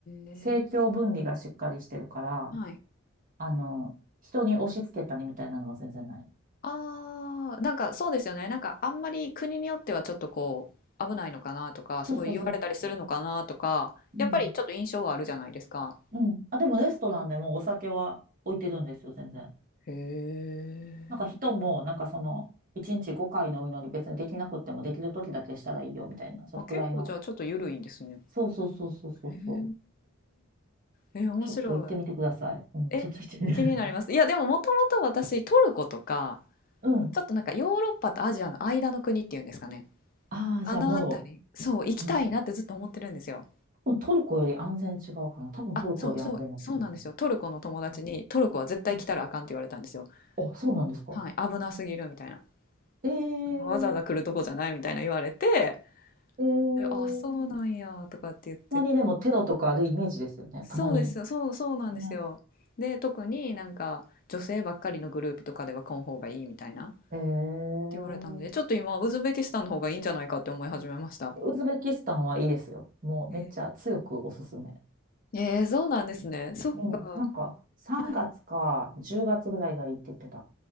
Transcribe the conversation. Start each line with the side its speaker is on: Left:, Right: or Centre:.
Left: え。
Right: 政教分離がしっかりしてるから、
Left: はい。
Right: あの、人に押し付けたりみたいなのは全然ない。
Left: ああ、なんかそうですよね。なんかあんまり国によってはちょっとこう危ないのかなとか、
Right: そうそうそうそうそう。
Left: すごい言われたりするのかなとか、
Right: うん。
Left: やっぱりちょっと印象はあるじゃないですか。
Right: うん。あ、でもレストランでもお酒は置いてるんですよ、全然。
Left: へえ。
Right: なんか人も、なんかその、1日5回のお祈り別にできなくってもできる時だけしたらいいよみたいな、それくらいの。
Left: あ、結構じゃあちょっと緩いんですね。
Right: そうそうそうそうそうそう。
Left: へえ。え、面白い。
Right: ちょっと行ってみてください。うん、
Left: え、
Right: ちょっと行ってみてください。
Left: 気になります。いや、でももともと私トルコとか
Right: <laughs> うん。
Left: ちょっとなんかヨーロッパとアジアの間の国っていうんですかね。
Right: ああ、
Left: あのあた辺り、
Right: じゃあ、モロ。
Left: そう、行きたいなってずっと思ってるんですよ。
Right: うん。多分トルコより安全違うかな。多分トルコより安全だと思います。
Left: あ、そうそう、そうなんですよ。トルコの友達に、
Right: うん
Left: トルコは絶対来たらあかんって言われたんですよ。
Right: うんあ、そうなんですか。
Left: はい、危なすぎるみたいな。
Right: ええ
Left: なんかわざわざ来るとこじゃないみたいな言われて、
Right: えー
Left: であ、そうなんやとかって言って、
Right: たまにでもテロとかあるイメージですよね。
Left: そうですよ、
Right: たまに。
Left: そう、そうなんですよ。
Right: ね。
Left: で、特になんか女性ばっかりのグループとかでは来ん方がいいみたいなって
Right: ええ
Left: 言われたんで、ちょっと今、ウズベキスタンの方がいいんじゃないかって思い始めました。
Right: ウズベキスタンはいいですよ。もうめっちゃ強くおすすめ。
Left: えーえー、そうなんですね。そっか。
Right: うん、なんか3月か10月ぐらいがいいって言ってた。
Left: はい。